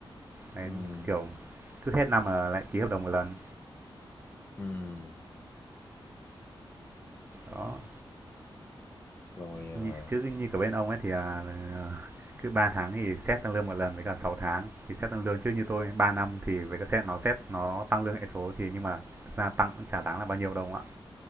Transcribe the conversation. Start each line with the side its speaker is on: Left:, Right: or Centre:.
Right: đấy,
Left: Ừm,
Right: kiểu, cứ hết năm là lại ký hợp đồng một lần.
Left: ừm, thế
Right: Đó,
Left: ha. Rồi, ờ,
Right: như chứ như cả bên ông ấy thì à, là à, cứ 3 tháng thì xét tăng lương một lần với cả 6 tháng thì xét tăng lương, chứ như tôi 3 năm thì với cả xét nó xét nó tăng lương hệ số thì nhưng mà ra tăng cũng chả đáng là bao nhiêu đâu ạ.